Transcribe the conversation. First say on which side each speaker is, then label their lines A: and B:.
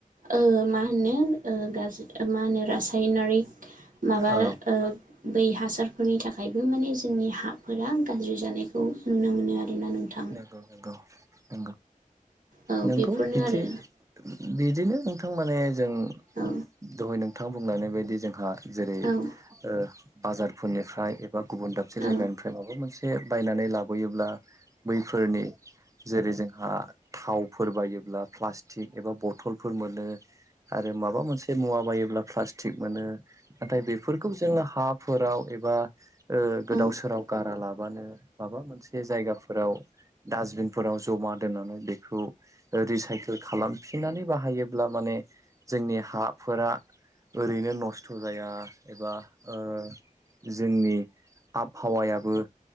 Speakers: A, on the right; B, on the right.
A: ओ मा होनोे ओ गाज्रि ओ मा होनो रासायनारिक माबा
B: औ
A: ओ बै हासारफोरनि थाखायबो माने जोंनि हाफोरा गाज्रि जानायखौ नुनो मोनो आरोना नोंथां।
B: नोंगौ-नोंगौ।
A: औ
B: नोंगौ
A: बेफोरनो
B: बिदि
A: आरो
B: बि दिनो नोंथां माने जों
A: औ
B: दहाय नोंथां बुंलायनाय बायदि जोंहा जेरै
A: औ
B: ओ बाजारफोरनिफ्राय एबा गुबुन दाबसे
A: औ
B: जायगानिफ्राय माबा मोनसे से बायनानै लाबोयोब्ला बैफोरनि जेरै जोंहा थाव फोर बायोब्ला प्लास्टिक एबा बथलफोर मोनो आरो माबा मोनसे मुवा बायो ब्ला प्लास्टिक मोनो नाथाय बेफोरखौ जोङो हाफोराव एबा ओ
A: नंगौ
B: गोदाव सोराव गारा लाब बानो माबा मोनसे जायगाफोराव डास्टबिनफोराव जमा दोननानै बेखौ रिसाइकेल खालामफिननानै बाहायोब्ला माने जोंनि हाफोरा ओरैनो न' खस्थ' जाया एबा ओ जोंनि आबहावायाबो।